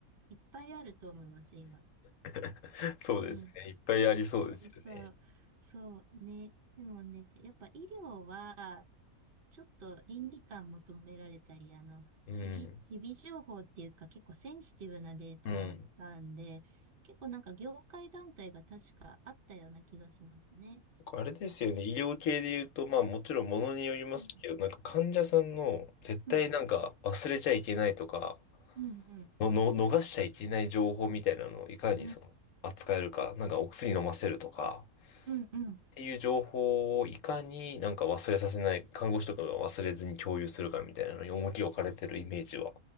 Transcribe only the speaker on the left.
<laughs> そうですね。
いっぱいありそうですよね。
うん。
うん。
あれですよね。医療系で言うと、まあもちろんものによりますけど、
なんか患者さんの絶対なんか忘れちゃいけないとか、
の、の、逃しちゃいけない情報みたいなのをいかにその扱えるか、
なんかお薬飲ませるとか、
っていう情報をいかになんか忘れさせない、看護師とかが忘れずに共有するかみたいなのに重きを置かれてるイメージは、